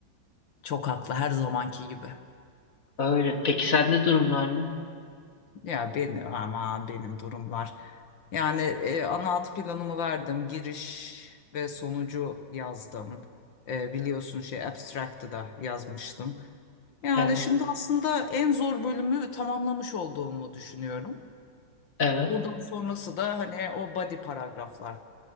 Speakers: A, on the left; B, on the left.
A: Çok haklı her zamanki gibi.
B: Öyle. Peki sende durumlar ne?
A: Ya benim ama benim durumlar. Yani e, ana hat planımı verdim. Giriş ve sonucu yazdım. E, biliyorsun şey abstract'ı da yazmıştım. Yani
B: Evet,
A: şimdi aslında en zor bölümü tamamlamış olduğumu düşünüyorum.
B: evet.
A: Buradan sonrası da hani o body paragraflar